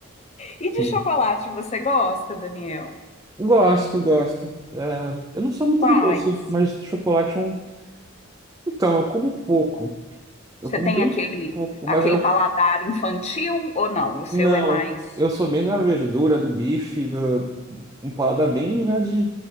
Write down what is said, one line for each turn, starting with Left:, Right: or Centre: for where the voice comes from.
Left: E de
Right: Hum.
Left: chocolate você gosta, Daniel?
Right: Gosto, gosto. É, eu não sou muito
Left: Quais?
Right: de doce, mas chocolate é um. Então, eu como pouco. Eu
Left: Você
Right: como
Left: tem
Right: bem
Left: aquele
Right: pouco,
Left: aquele
Right: mas eu.
Left: paladar infantil ou não? O seu
Right: Não.
Left: é mais.
Right: Eu sou bem da verdura, do bife, do... um paladar bem já de,